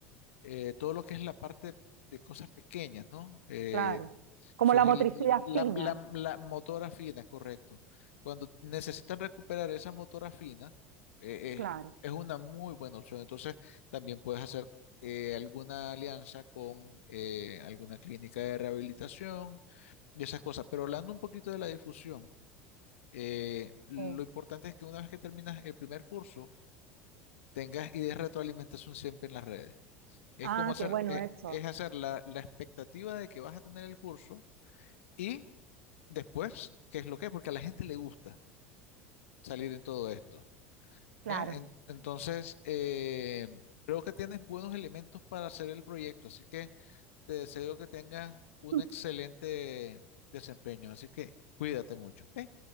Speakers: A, on the left (about 70°); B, on the right (about 75°).
A: eh, todo lo que es la parte de cosas pequeñas, ¿no? Eh,
B: claro. Como
A: Swahili-
B: la motricidad
A: la,
B: fina,
A: la, la motora fina, correcto. Cuando necesitan recuperar esa motora fina, eh,
B: claro.
A: eh, es una muy buena opción. Entonces, también puedes hacer eh, alguna alianza con eh, alguna clínica de rehabilitación y esas cosas. Pero hablando un poquito de la difusión, eh, lo
B: eh.
A: importante es que una vez que terminas el primer curso, tengas ideas de retroalimentación siempre en las redes. Es
B: Ah,
A: como hacer,
B: qué bueno
A: eh,
B: eso.
A: es hacer la la expectativa de que vas a tener el curso. Y después, ¿qué es lo que Porque a la gente le gusta salir en todo esto, ¿ya?
B: Claro.
A: En- entonces, eh, creo que tienes buenos elementos para hacer el proyecto, así que te deseo que tengas un
B: <laughs>
A: excelente desempeño, así que cuídate mucho, ¿ok?